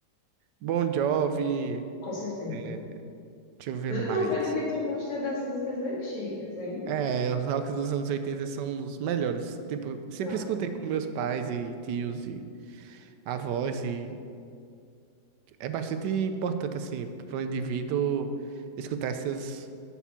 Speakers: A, on the right; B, on the left.
A: Bon Jovi,
B: Com certeza.
A: é, deixa eu ver
B: Eu
A: mais.
B: tô vendo que tu gosta das músicas antigas, hein?
A: É, os rocks dos anos 80 são os melhores. Tipo, sempre
B: Não,
A: escutei com meus pais e tios e avós e é bastante importante assim para o indivíduo escutar essas,